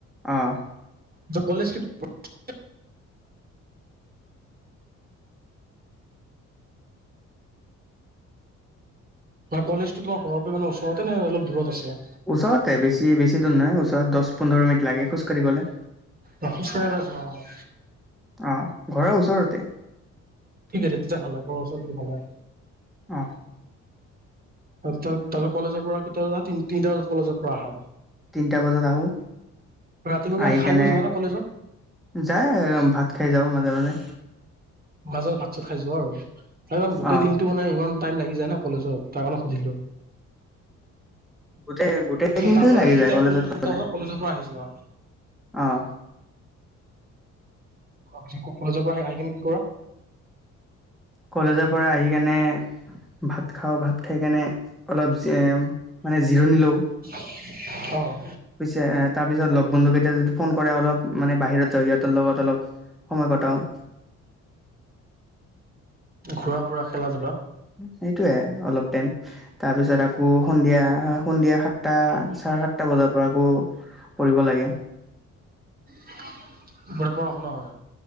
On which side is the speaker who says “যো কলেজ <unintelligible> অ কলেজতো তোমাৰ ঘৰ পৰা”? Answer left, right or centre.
Right